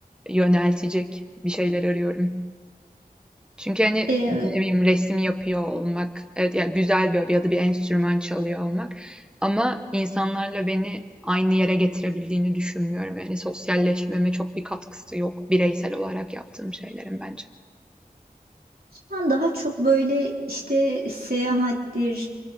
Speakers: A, in the centre; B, on the right.
A: yöneltecek bir şeyler arıyorum. Çünkü hani
B: Ee,
A: ne bileyim resim yapıyor olmak, evet ya güzel bir hobi ya da bir enstrüman çalıyor olmak ama insanlarla beni aynı yere getirebildiğini düşünmüyorum. Yani sosyalleşmeme çok bir katkısı yok bireysel olarak yaptığım şeylerin bence.
B: Ben daha çok böyle işte seyahattir,